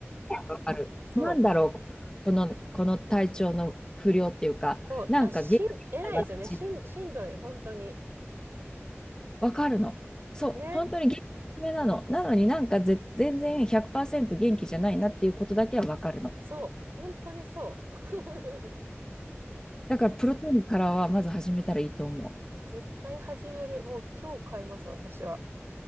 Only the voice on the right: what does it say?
そう。
そう、
あ、しん、偉いですよね。しん、しんどい、本当に。
ね。
そう、本当にそう。<laughs>
絶対始める。もう今日買います、私は。